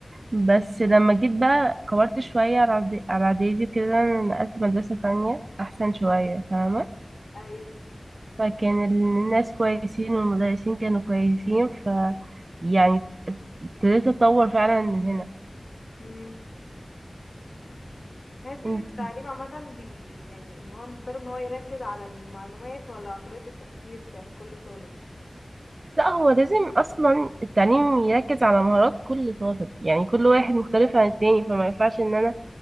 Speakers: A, on the right; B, on the left.
A: بس لما جيت بقى كبرت شوية على إعد- على إعدادي وكده نقلت مدرسة تانية أحسن شوية فاهمة
B: ايوه
A: فكان الناس كويسين والمدرسين كانوا كويسين ف يعني ابتديت أتطور فعلا من هنا
B: امم تحس
A: انتي
B: ان التعليم عامة بي يعني ان هو المفترض ان هو يركز على المعلومات ولا على طريقة التفكير بتاعت كل طالب
A: لا هو لازم أصلا التعليم يركز على مهارات كل طالب يعني كل واحد مختلف عن التاني فما ينفعش إن أنا